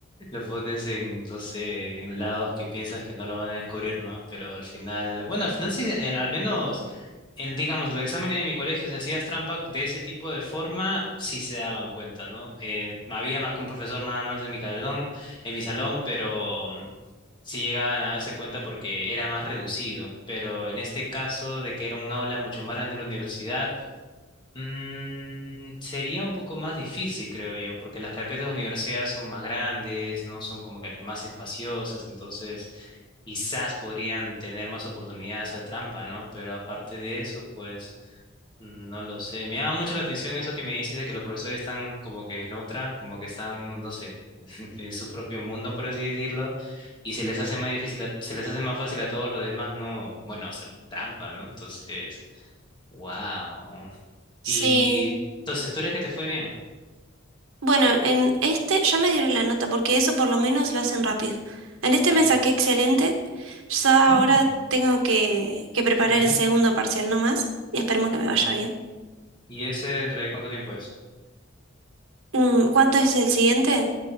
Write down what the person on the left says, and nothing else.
Lo pones en, no sé, en lados que piensas que no lo van a descubrir, ¿no? Pero al final, bueno, al final sí, eh, al menos, en, digamos, los exámenes de mi colegio, si hacías trampa de ese tipo de forma, sí se daban cuenta, ¿no? Eh, no había más que un profesor nada más en mi salón, en mi salón, pero mm, sí llegaban a darse cuenta porque era más reducido. Pero en este caso de que era un aula mucho más grande de la universidad, Mm, sería un poco más difícil, creo yo, porque las carpetas de universidad son más grandes, no son como que más espaciosas, entonces quizás podrían tener más oportunidades a trampa, ¿no? Pero aparte de eso, pues mm, no lo sé. Me llama mucho la atención eso que me dices de que los profesores están como que en otra, como que están, no sé, <laughs> en su propio mundo, por así decirlo, y se les hace más difícil, a- se les hace más fácil a todos los demás no, bueno, hacer trampa, ¿no? Entonces, wow.
Y entonces, ¿tú eres que te fue bien?
Ah,
ya.
Mm,
genial,
ya.
¿Y ese dentro de cuánto tiempo es?